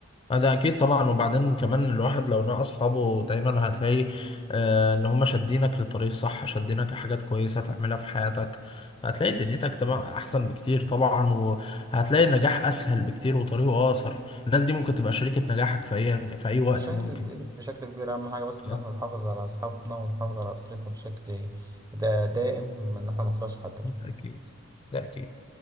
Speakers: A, on the left; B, on the right.
A: اه ده اكيد طبعا وبعدين كمان الواحد لو نقى اصحابه دايما هتلاقي آه ان هم شادينك للطريق الصح شادينك لحاجات كويسه تعملها في حياتك هتلاقي دنيتك تبقى احسن بكتير طبعا وهتلاقي النجاح اسهل بكتير وطريقه اقصر الناس دي ممكن تبقى شريكه نجاحك في اي في اي وقت
B: بشكل
A: ممكن
B: كبير بشكل كبير أهم حاجة بس
A: اه
B: إن إحنا نحافظ على أصحابنا ونحافظ على أسرتنا بشكل دا دائم إن إحنا منخسرش حد منهم.
A: أكيد ده اكيد